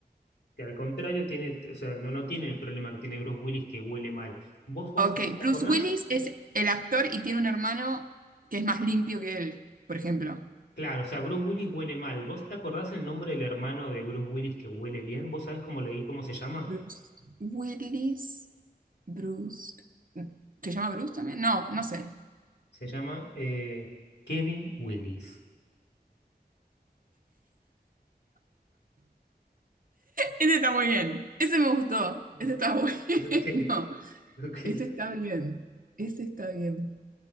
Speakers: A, on the left (about 80°); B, on the right (about 55°).
A: que al contrario tiene, o sea, no, no tiene el problema que tiene Bruce Willis que huele mal. ¿Vos, vos
B: Ok,
A: te
B: Bruce
A: acordás?
B: Willis es el actor y tiene un hermano que es más limpio que él, por ejemplo.
A: Claro, o sea, Bruce Willis huele mal. ¿Vos te acordás el nombre del hermano de Bruce Willis que huele bien? ¿Vos sabés cómo le cómo se llama?
B: Bruce Willis, Bruce. ¿Se llama Bruce también? No, no sé.
A: Se llama eh, Kevin Willis.
B: Ese está muy bien. Ese me gustó.
A: <laughs>
B: Ese está bueno.
A: Ok,
B: <laughs>
A: ok.
B: Ese está bien. Ese está bien.